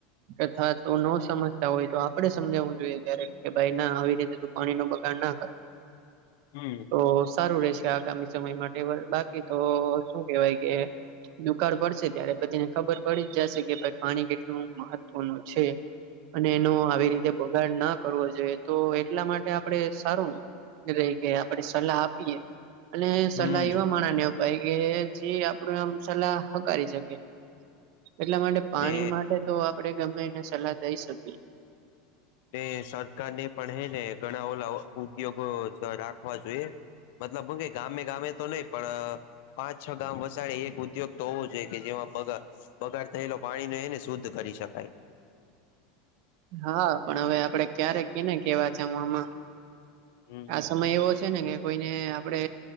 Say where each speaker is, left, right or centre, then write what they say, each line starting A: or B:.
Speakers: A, on the right; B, on the left.
A: કદાત તો નો સમજતા હોય તો આપણે સ સમજાવું જોઈએ ક્યારેક. કે ભાઈ ના આવી રીતે તું પાણી નો બગાડ ના કર.
B: હમ્મ.
A: તો સારું રહેશે આગામી સમય માટે. હવે બાકી તો શું કહેવાય કે દુક કાળ પડશે ત્યારે. પછી એને ખબર પડી જ જાશે, કે ભાઈ પાણી કેટલું મહત્વનું છે. અને એનો આવી રીતે બગાડ ના કરવો જોઈએ, તો એટલા માટે આપણે સારું રેઈ, કે આપણેે સલાહ આપીએ. અને
B: હમ
A: સલાહ એવા માણા ને અપ પાઈ કે, જે આપણી આમ સલાહ હકારી શકે. એટલા માટે પાણી
B: ને
A: માટે તો આપણે ગમે એને સલાહ દઈ શકી.
B: તે સરકાર ને પણ હે ને, ઘણા ઓલા ઉદ્યોગો જ રાખવા જોઈએ. મતલબ હુ કેહી ગામે-ગામે લઈ, પણ પાંચ-છ ગામ વસાડી એક ઉદ્યોગ તો હોવો જોઈએ, કે જેમાં બગા બગાડ થયેલો પાણીને હે ને શુદ્ધ કરી શકાય.
A: હા પણ હવે આપડે ક્યારે કેને કેવા જવુ આમાં
B: હમ
A: આ સમય એવો છે. ને કે કોઈને આપણે